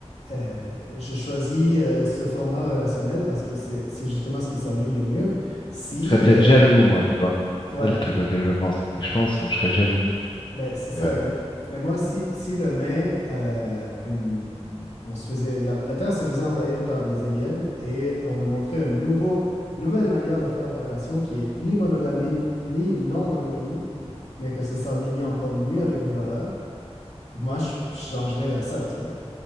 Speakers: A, on the left; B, on the left.
A: euh, je choisis euh, ce format relationnel parce que c'est c'est justement ce qui s'aligne le mieux. Si
B: Je serais peut-être
A: euh,
B: jaloux, moi, tu vois. C'est
A: ouais
B: ça le truc auquel je pense. C'est que je pense, euh, je serais jaloux.
A: Ben, c'est ça.
B: Euh,
A: Mais, mais moi, si, si demain, euh, une- on se faisait, la, la Terre se faisait envahir par des aliens et on me montrait une nouveau, nouvelle manière de faire des relations qui est ni monogamie, ni non-monogamie, mais que ça s'enlignait encore mieux avec mes valeurs, moi, je je changerais vers ça, tu vois.